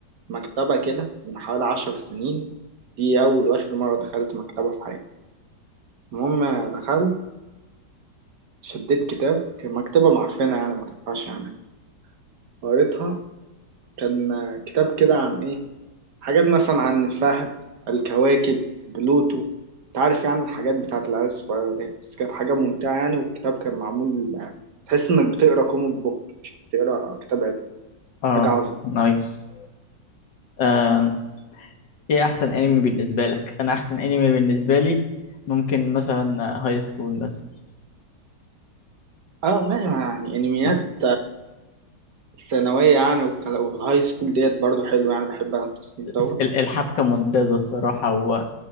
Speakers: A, on the right; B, on the left.
A: مكتبة كده من حوالي عشر سنين دي أول وآخر مرة دخلت مكتبة في حياتي المهم آه، دخلت شديت كتاب كان مكتبة معفنة يعني ما تنفعش يعني قريتها كان آه، كتاب كده عن إيه حاجات مثلا عن الفهد الكواكب بلوتو انت عارف يعني الحاجات بتاعت العيال الصغيرة دي بس كانت حاجة ممتعة يعني والكتاب كان معمول تحس انك بتقرا كوميك بوك مش بتقرا كتاب علمي
B: اه
A: حاجة عظمة
B: نايس آه، ايه احسن انمي بالنسبة لك انا احسن انمي بالنسبة لي ممكن مثلا هاي سكول مثلا
A: اه ما يعني انميات
B: الس-
A: الثانوية يعني والكلا- والهاي سكول ديت برضو حلو يعني بحب انا التصنيف
B: الس-
A: دوت
B: ال- الحبكة ممتازة الصراحة و...